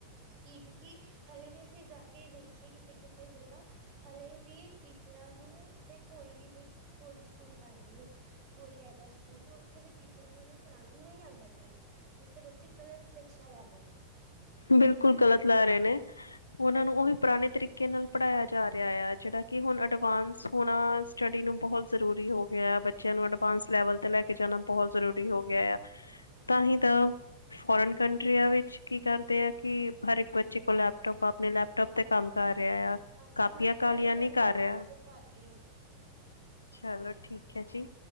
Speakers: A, on the right; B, on the left.
A: ਕੀ ਕਿਉਂਕਿ ਹਲੇੇ ਵੀ ਅਸੀਂ ਜਾ ਕੇ ਵੇਖੀਏ ਕਿਤੇ-ਕਿਤੇ ਜਗ੍ਹਾ ਹਲੇੇ ਵੀ ਟੀਚਰਾਂ ਨੂੰ ਤੇੇ ਕੋਈ ਵੀ ਲ, ਕੋਈ ਵੀ ਸਕੂਲ ਲਾ ਲੀਏ। ਕੋਈ ਹੈਗਾ ਸਕੂਲ ਤੇ, ਓਥੇ ਵੀ ਟੀਚਰਾਂ ਨੂੰ ਓਨੇ ਪੜ੍ਹਾਣਾ ਨਈ ਆਂਦਾ ਢੰਗ ਨਾ ਜਿੱਥੇ ਬੱਚੇ ਗ਼ਲਤ ਸ਼ਿਕਸ਼ਾ ਲੈ ਰੇ ਨੇ।
B: ਬਿਲਕੁਲ ਗ਼ਲਤ ਲੈ ਰੇ ਨੇ। ਓਨਾਂ ਨੂੰ ਓਵੀ ਪਰਾਣੇ ਤਰੀਕੇ ਨਾਲ ਪੜ੍ਹਾਇਆ ਜਾ ਰਿਆ, ਆ ਜੇੜਾ ਕਿ ਹੁਣ ਅਡਵਾਂਸ ਹੋਣਾ ਸਟੱਡੀ ਨੂੰ ਬੋਹਤ ਜ਼ਰੂਰੀ ਹੋ ਗਿਆ ਆ, ਬੱਚਿਆਂ ਨੂੰ ਅਡਵਾਂਸ ਲੈਵਲ ਤੇ ਲੈ ਕੇ ਜਾਣਾ ਬੋਹਤ ਜ਼ਰੂਰੀ ਹੋ ਗਿਆ ਆ। ਤਾਂ ਹੀ ਤਾਂ, ਫੋਰਨ ਕੰਟਰੀਆਂ ਵਿੱਚ ਕੀ ਕਰ ਦੇ ਅੇ ਕਿ, ਹਰ ਇੱਕ ਬੱਚੇ ਕੋਲ ਲੈਪਟੋਪ ਆਪਣੇ ਲੈਪਟੋਪ ਤੇ ਕੰਮ ਕਰ ਰੇਇ ਆ,
A: ਹਾਂਜੀ
B: ਕਾਪੀਆਂ
A: ਮੈਮ ਚਲੋ
B: ਕਾਲੀਆਂ
A: ਮੈਂ ਤੁਹਾਨੂੰ
B: ਨੀ ਕਰ
A: ਬਾਅਦ
B: ਰੇਆ।
A: ਚੋਂ ਕਰਦੀ ਹਾਂ।
B: ਚਲੋ ਠੀਕ ਅੇ ਜੀ।